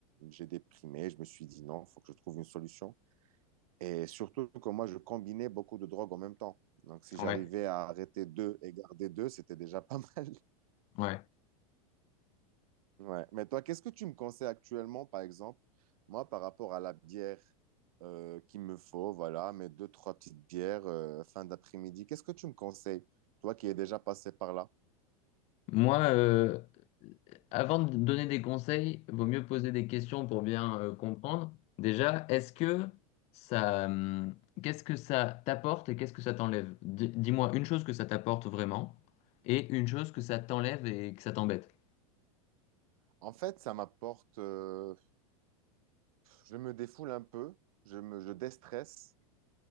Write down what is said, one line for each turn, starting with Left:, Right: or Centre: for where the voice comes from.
Right: j'ai déprimé. Je me suis dit non, faut que je trouve une solution. Et surtout que moi, je combinais beaucoup de drogues en même temps. Donc, si j'arrivais
Left: Ouais,
Right: à arrêter deux et garder deux, c'était déjà pas <laughs> mal.
Left: ouais.
Right: Ouais. Mais toi, qu'est-ce que tu me conseilles actuellement, par exemple, moi, par rapport à la bière euh, qu'il me faut, voilà, mes deux, trois petites bières euh, fin d'après-midi, qu'est-ce que tu me conseilles, toi qui es déjà passé par là?
Left: Moi, euh, avant de donner des conseils, vaut mieux poser des questions pour bien euh, comprendre. Déjà, est-ce que ça, hum, qu'est-ce que ça t'apporte et qu'est-ce que ça t'enlève? Di- Dis-moi une chose que ça t'apporte vraiment et une chose que ça t'enlève et que ça t'embête.
Right: En fait, ça m'apporte, euh, je me défoule un peu, je me, je déstresse.